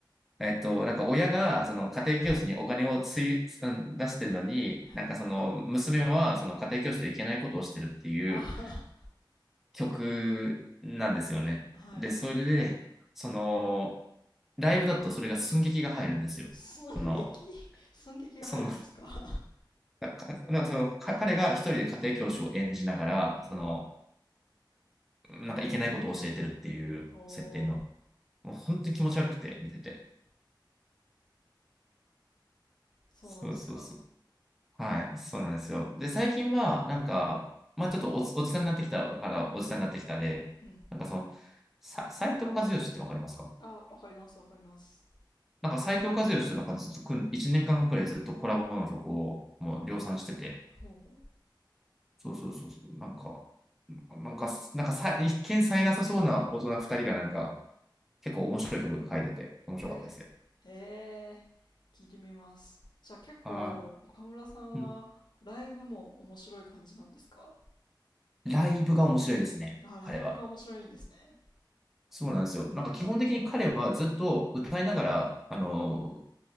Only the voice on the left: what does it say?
はい。
はい。
あ
あ、はい。
寸劇、
寸劇が入るんですか
<laughs> うん。
おー、
そうなんですか。
うん。
あ、わかりますわかります。
ほうほう。
へえ。へえ。聞いてみます。じゃあ結構、
岡村さんはライブも面白い感じなんですか
あ、ライブが面白いんですね。